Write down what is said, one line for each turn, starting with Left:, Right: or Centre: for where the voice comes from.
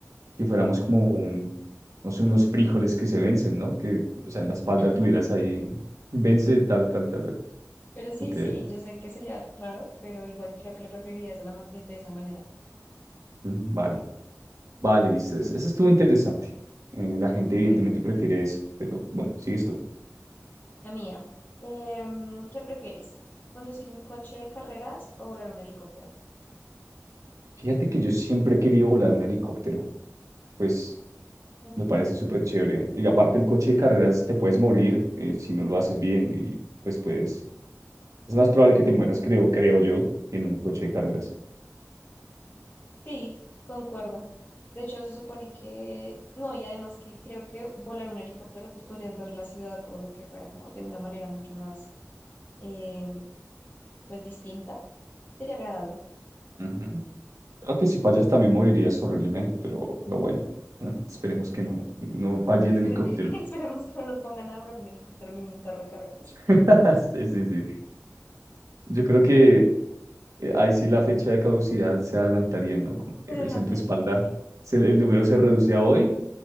Right: que fuéramos como un, no sé, unos frijoles que se vencen, ¿no? Que, o sea, en la espalda
Left: <laughs>
Right: tuvieras ahí, vence tal, tal, tal.
Left: Pero sí,
Right: Ok,
Left: sí, yo sé que sería raro, pero igual creo que lo preferiría de esa, la ma- de, de esa manera.
Right: mm, vale. Vale, listo. Eso, eso estuvo interesante. Eh, la gente
Left: Mm,
Right: evidentemente
Left: Bueno,
Right: prefiere eso, pero bueno, sigues tú.
Left: la mía. Em, ¿qué prefieres? ¿Conducir un coche de carreras o volar un helicóptero?
Right: Fíjate que yo siempre he querido volar un helicóptero, pues
Left: Ok.
Right: me parece súper chévere. Y aparte el coche de carreras te puedes morir eh, si no lo haces bien y pues puedes... Es más probable que te mueras, creo, creo yo, que en un coche de carreras.
Left: Sí, concuerdo. De hecho, se supone que, no, y además que creo que volar un helicóptero, pues podrías ver la ciudad o lo que fuera como de una manera mucho más, em, pues distinta. Sería agradable.
Right: Ujú. Claro si fallas también morirías horriblemente, pero, pero bueno, <laughs> eh, esperemos que no, no falle
Left: <laughs> Espere-
Right: el helicóptero.
Left: Esperemos que no nos pongan a volar un helicóptero ni un carro de carreras.
Right: <laughs> Sí, sí, sí. Yo creo que eh, ahí sí la fecha de caducidad se adelantaría, ¿no? Como
Left: Se
Right: que
Left: adelantaría,
Right: ves en tu espalda,
Left: sí.
Right: se- el número se reduce a hoy.